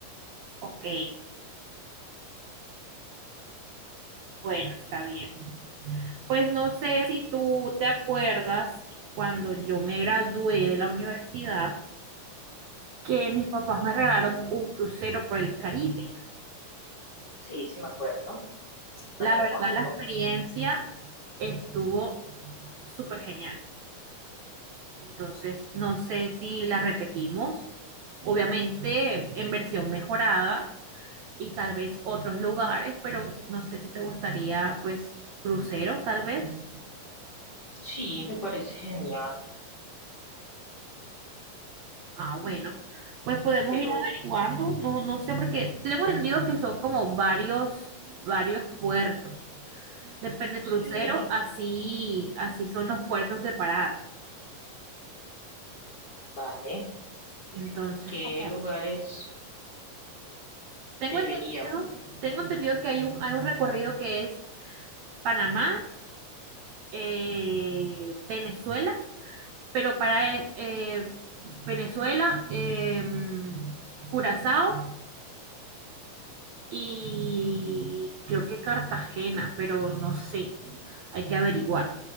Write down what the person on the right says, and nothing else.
Ok, bueno, está bien. Pues no sé si tú te acuerdas cuando yo me gradué de la universidad que mis papás me regalaron un crucero por el Caribe.
La
verdad, la
experiencia estuvo súper genial. Entonces, no sé si la repetimos, obviamente en versión mejorada y tal vez otros lugares, pero no sé si te gustaría, pues, crucero, tal vez.
Ah, bueno, pues podemos
ir averiguando, no, no sé, porque tengo entendido que son como varios, varios puertos. Depende del crucero,
así, así son los puertos de parada.
Entonces,
como
Tengo
entendido, tengo entendido que hay un, hay un recorrido que es Panamá, eh, Venezuela, pero para eh, eh, Venezuela, eh, Curazao y creo que Cartagena, pero no sé, hay que averiguar.